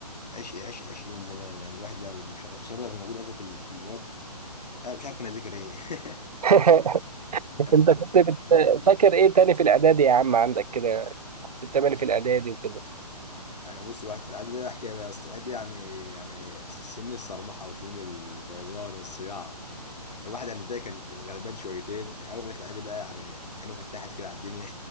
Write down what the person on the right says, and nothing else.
<laughs>
أنت كنت
بت-
فاكر إيه تاني في الإعدادي يا عم عندك كده كنت بتعمل إيه في الإعدادي وكده